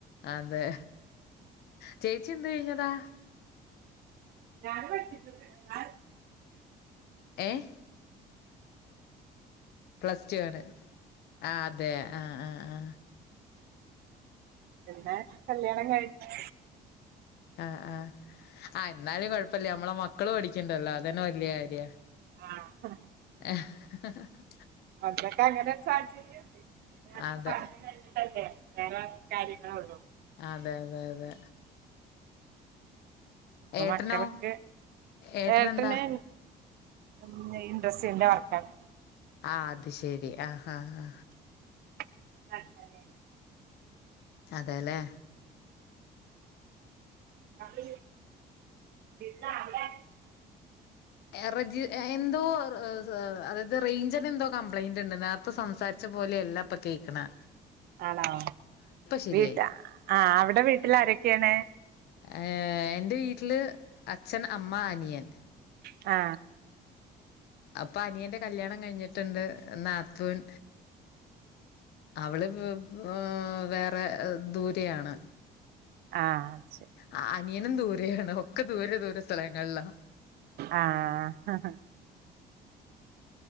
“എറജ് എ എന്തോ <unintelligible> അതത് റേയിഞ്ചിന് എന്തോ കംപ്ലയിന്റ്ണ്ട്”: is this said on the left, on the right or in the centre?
Left